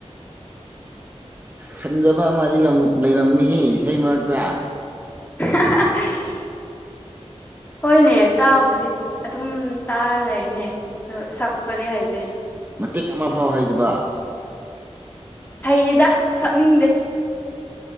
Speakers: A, on the right; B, on the left.
A: ꯈꯟꯖꯕ ꯑꯃꯗꯤ ꯂꯩꯔꯝꯅꯤꯍ ꯏꯁꯩ ꯃꯔꯛꯇ
B: ꯑ ꯍꯣꯏꯅꯦ ꯇꯥꯕꯨꯗꯤ ꯑꯗꯨꯝ ꯇꯥ ꯂꯩꯅꯦ ꯑꯗꯣ ꯁꯛꯄꯗꯤ ꯍꯩꯇꯦ
A: ꯃꯇꯦꯛ ꯑꯃ ꯐꯥꯎ ꯍꯩꯗꯕ
B: ꯍꯌꯦꯗ ꯁꯛꯅꯤꯡꯗꯦ